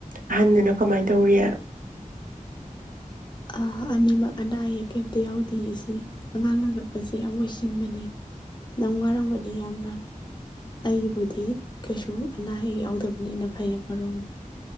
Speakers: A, on the right; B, on the left.
A: ꯑꯍꯟꯗꯨꯅ ꯀꯃꯥꯏꯅ ꯇꯧꯔꯤꯌꯦ
B: ꯑ ꯑꯅꯤꯃꯛ ꯑꯅꯥ ꯑꯌꯦꯛ ꯀꯩꯞꯇ ꯌꯥꯎꯗꯦ ꯏꯁꯤ ꯑꯉꯥꯡꯅ ꯁ ꯌꯥꯝ ꯑꯣꯏꯣꯏꯁꯤꯟꯕꯅꯤ ꯅꯪ ꯋꯥꯔꯝꯒꯗꯤ ꯌꯥꯝꯅ ꯑꯩꯕꯨꯗꯤ ꯀꯩꯁꯨ ꯑꯅꯥ ꯑꯌꯦꯛ ꯌꯥꯎ ꯕꯅꯤꯅ ꯐꯩꯌꯦ ꯃꯔꯔꯣꯝꯗ